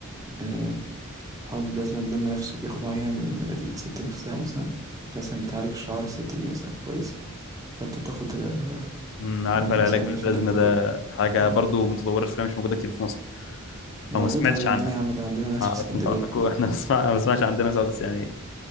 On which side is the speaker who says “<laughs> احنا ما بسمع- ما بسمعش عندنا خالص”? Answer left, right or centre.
Left